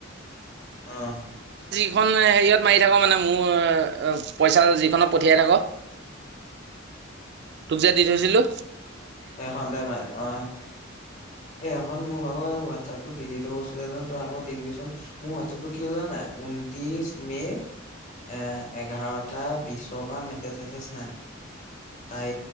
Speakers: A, on the left; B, on the right.
A: আহ
B: খন নাই হেৰিয়েট মাৰি থাক মানে মোৰ পইচা যে যিখনত পঠিয়াই থাক তোক যে দি থৈছিলো
A: এ খনটে মাৰি দে অ এই এখন মোৰ ভাগৰ এই হোৱাটছএপ টো ডিলিট হৈ গৈছিলে তই আকৌ দি দিবিচোন মোৰ হোৱাটছএপটো কি হলে নাই ঊনত্ৰিশ মে এ এঘাৰটা বিশৰ পৰা মেছেজ চেছেজ নাই তাই